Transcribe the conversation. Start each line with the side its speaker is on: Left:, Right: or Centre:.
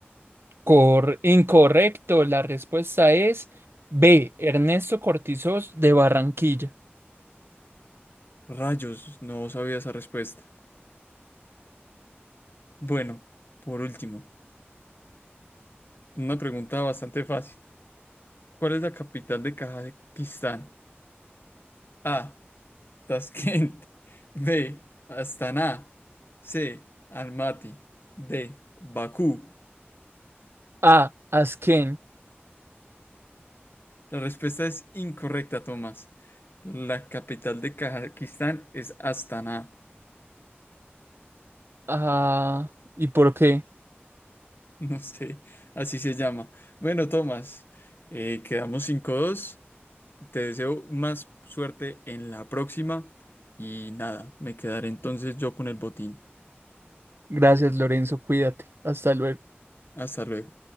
Right: Cor- incorrecto, la respuesta es B. Ernesto Cortizos de Barranquilla.
Left: Rayos, no sabía esa respuesta. Bueno, por último. Una pregunta bastante fácil. ¿Cuál es la capital de Kazajistán? A. Tashkent. <laughs> B. Astana. C. Almaty. D. Bakú.
Right: A. Asquén.
Left: La respuesta es incorrecta, Tomás. La capital de Kazajistán es Astana. <laughs>
Right: Ah, ¿y por qué?
Left: No sé, así se llama. Bueno, Tomás, eh, quedamos 5-2. Te deseo más suerte en la próxima. Y nada, me quedaré entonces yo con el botín.
Right: Gracias, Lorenzo, cuídate. Hasta luego.
Left: Hasta luego.